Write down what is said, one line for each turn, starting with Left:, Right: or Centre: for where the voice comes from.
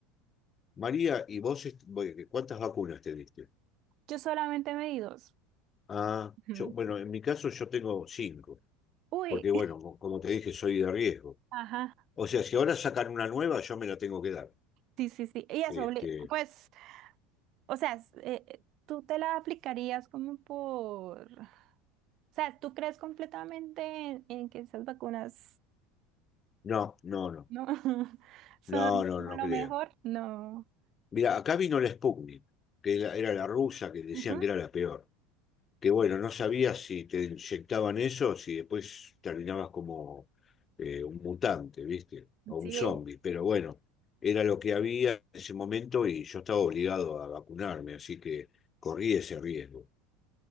Left: María, ¿y vos est- voy- cuántas vacunas te diste?
Right: Yo solamente me di dos.
Left: Ah,
Right: <laughs>
Left: yo, bueno, en mi caso yo tengo cinco,
Right: Uy,
Left: porque bueno,
Right: <laughs>
Left: co- como te dije, soy de riesgo.
Right: ajá.
Left: O sea, si ahora sacan una nueva, yo me la tengo que dar.
Right: Sí, sí, sí. Y eso,
Left: Este,
Right: obli- pues, o sea, es- eh, eh, tú te la aplicarías como por, o sea, tú crees completamente en, en que esas vacunas
Left: no, no, no,
Right: no <laughs> son
Left: no, no,
Right: como
Left: no
Right: lo
Left: creo.
Right: mejor. No.
Left: Mira, acá vino la Sputnik, que era, era la rusa, que decían
Right: Ujú.
Left: que era la peor. que bueno, no sabías si te inyectaban eso, si después terminabas como eh, un mutante, ¿viste? O un
Right: Sí.
Left: zombie, pero bueno, era lo que había en ese momento y yo estaba obligado a vacunarme, así que corrí ese riesgo.